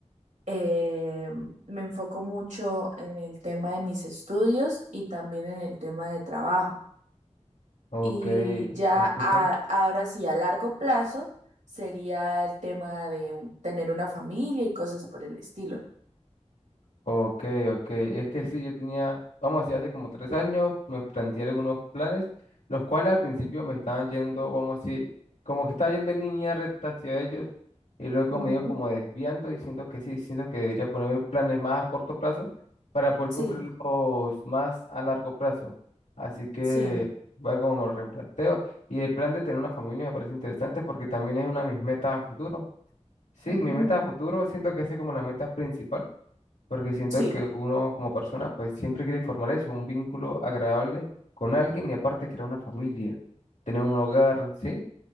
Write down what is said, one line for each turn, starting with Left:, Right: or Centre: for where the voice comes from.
Right: Eh, me enfoco mucho en el tema de mis estudios y también en el tema de trabajo.
Left: Ok,
Right: Y ya
Left: te escucho.
Right: a- ahora sí, a largo plazo, sería el tema de un- tener una familia y cosas por el estilo.
Left: Ok, ok. Es que sí, yo tenía, vamos a decir, hace como tres años me planteé algunos planes, los cuales al principio me estaban yendo, vamos a decir, como que estaba yendo en línea recta hacia ellos y luego
Right: Ujú,
Left: me he ido como desviando y siento que sí, siento que debería ponerme planes más a corto plazo para poder
Right: Sí,
Left: cumplirlos más a largo plazo. Así que
Right: sí,
Left: voy a ver cómo me lo replanteo. Y el plan de tener una familia me parece interesante porque también es una de mis metas a futuro. Sí,
Right: ujú,
Left: mi meta a futuro siento que esa es como la meta principal porque siento
Right: Sí,
Left: que uno como persona pues siempre quiere formar eso, un vínculo agradable con alguien y aparte crear una familia, tener un hogar, ¿sí?